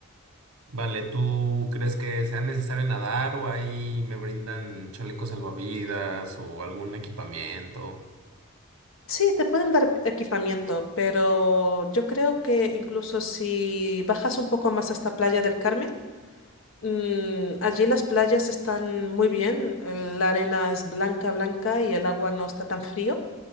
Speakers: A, on the right; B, on the left.
A: Vale, ¿tú crees que sea necesario nadar o ahí me brindan chalecos salvavidas o algún equipamiento?
B: Sí, te pueden dar equipamiento, pero yo creo que incluso si bajas un poco más hasta Playa del Carmen, Mm, allí las playas están muy bien, el- la arena es blanca, blanca y el agua no está tan frío.